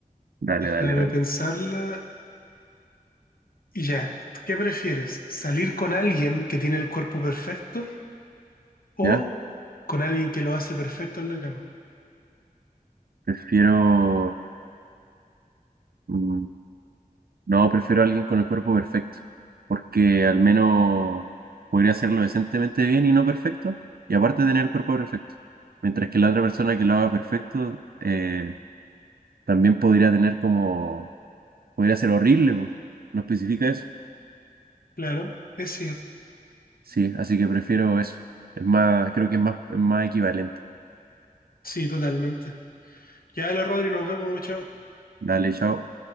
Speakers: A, on the right; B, on the left.
A: Dale,
B: Déjame
A: dale, dale.
B: pensarla. Y ya, ¿qué prefieres? ¿Salir con alguien que tiene el cuerpo perfecto o
A: ¿Ya?
B: con alguien que lo hace perfecto en la cama?
A: Prefiero... mm, no, prefiero a alguien con el cuerpo perfecto, porque al menos podría hacerlo decentemente bien y no perfecto, y aparte tener el cuerpo perfecto. Mientras que la otra persona que lo haga perfecto, eh, también podría tener como... Podría ser horrible, po. No especifica eso.
B: Claro, es cierto.
A: Sí, así que prefiero eso. Es más, creo que es más, es más equivalente.
B: Sí, totalmente. Ya, lo Rodri, nos vemos, chao.
A: Dale, chao.